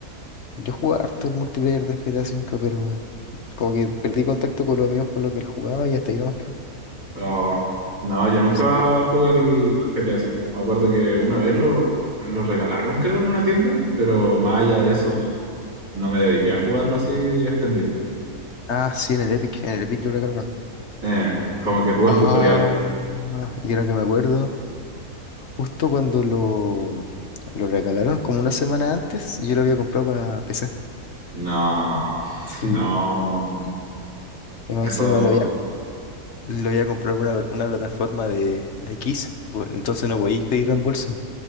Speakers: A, on the left; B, on the right.
A: Yo jugaba harto el multiplayer del GTA V, pero como que perdí contacto con los amigos con los que él jugaba y hasta ahí nomás quedó.
B: Oh, no, yo nunca
A: Sí.
B: jugué al GTA V. Me acuerdo que una vez lo, lo regalaron, creo, en una tienda, pero más allá de eso no, no me dediqué a jugarlo así extendido.
A: Ah, sí, en el Epic, en el Epic lo regalaron.
B: Eh, como que jugué
A: Ah,
B: el tutorial.
A: y ahora que me acuerdo, justo cuando lo, lo regalaron, como una semana antes, yo lo había comprado para PC.
B: No, <laughs>
A: Sí,
B: No. no.
A: Y más
B: Eso,
A: encima lo había lo había comprado por una, una plataforma de, de Kiss. bu- entonces no podéis pedir reembolso.